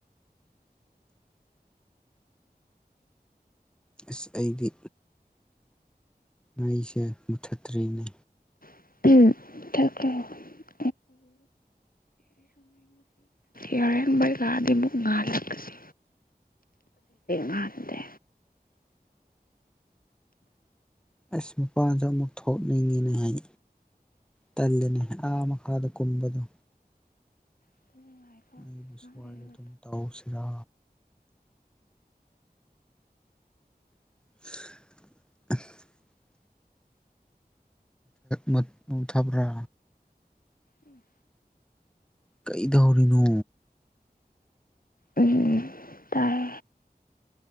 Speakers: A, in the centre; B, on the left.
A: ꯑꯁ ꯑꯩꯗꯤ ꯃꯩꯁꯦ ꯃꯨꯊꯠꯇ꯭ꯔꯤꯅꯦ
B: ꯎꯝ ꯊ <unintelligible> ꯌꯥꯔꯦ ꯃꯩ ꯂꯥꯛꯑꯗꯤ ꯑꯃꯨꯛ ꯉꯥꯜꯂꯛꯄꯁꯤ ꯃꯥꯥꯟꯗꯦ
A: ꯑꯁ ꯃꯄꯥꯟꯗ ꯑꯃꯨꯛ ꯊꯣꯛꯅꯤꯡꯉꯤꯅꯦ ꯍꯥꯏ ꯇꯜꯜꯂꯤꯅꯦ ꯑꯥ ꯃꯈꯥꯗ ꯀꯨꯝꯕꯗꯣ
B: ꯉꯥꯏꯈꯣ
A: ꯑꯩꯕꯨ
B: ꯉꯥꯏꯍꯥꯛ
A: ꯁ꯭ꯋꯥꯏꯗ
B: ꯂꯩꯔꯒ
A: ꯑꯗꯨꯝ ꯇꯧꯁꯤꯔꯥ <inaudible> ꯃ ꯃ ꯊꯥꯕ꯭ꯔꯥ
B: ꯎꯝ
A: ꯀꯩꯗꯧꯔꯤꯅꯣ
B: ꯎꯝ ꯇꯥꯏ